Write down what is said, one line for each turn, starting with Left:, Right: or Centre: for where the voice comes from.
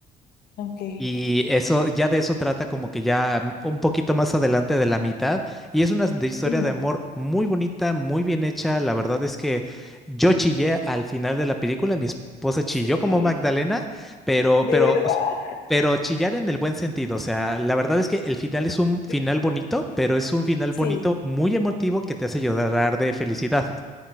Left: ok.
Centre: Y eso, ya de eso trata como que ya mm, un poquito más adelante de la mitad. Y es una s- de historia
Left: ujú,
Centre: de amor muy bonita, muy bien hecha. La verdad es que yo chillé al final de la película, mi esposa chilló
Left: Sí,
Centre: como Magdalena, pero,
Left: de
Centre: pero
Left: verdad.
Centre: pero chillar en el buen sentido, o sea, la verdad es que el final es un
Left: de-
Centre: final bonito, pero es un final
Left: Sí,
Centre: bonito muy emotivo que te hace llorar de felicidad.